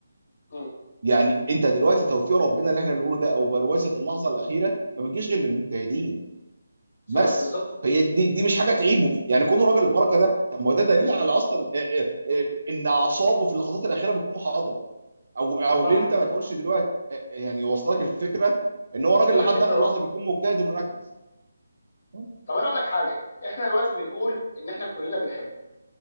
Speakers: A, on the left (about 40°); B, on the right (about 60°).
A: مم.
B: يعني انت دلوقتي توفيق ربنا اللي احنا بنقوله ده او بروزه اللحظه الاخيره ما بتجيش غير للمجتهدين
A: صح
B: بس
A: بالظبط
B: فهي دي دي مش حاجه تعيبه يعني كونه راجل البركه ده طب ما هو ده دليل على اصلا آه، آه، آه، ان اعصابه في اللحظات الاخيره بتكون حاضره او او
A: صح
B: ليه انت ما تقولش دلوقتي آه، يعني وصلك الفكره ان
A: وصلنا
B: هو راجل لحد
A: الفكره
B: اخر لحظه
A: اه
B: بيكون مجتهد ومركز م-
A: طب انا اقول لك حاجه احنا دلوقتي بنقول ان احنا كلنا بنحبه